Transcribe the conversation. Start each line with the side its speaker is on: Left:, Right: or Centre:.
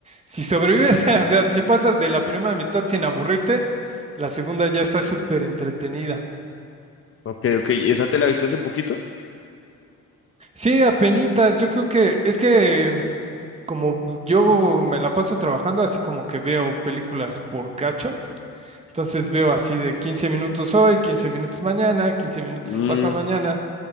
Right: Si sobrevives, <laughs> o sea, si pasas de la primera mitad sin aburrirte, la segunda ya está súper entretenida.
Left: ok, ok. ¿Y esa te la viste hace poquito?
Right: Sí, apenitas, yo creo que es que mm, como yo me la paso trabajando, así como que veo películas por cachos. Entonces veo así de 15 minutos hoy, 15 minutos mañana, 15 minutos
Left: Mm,
Right: pasa mañana.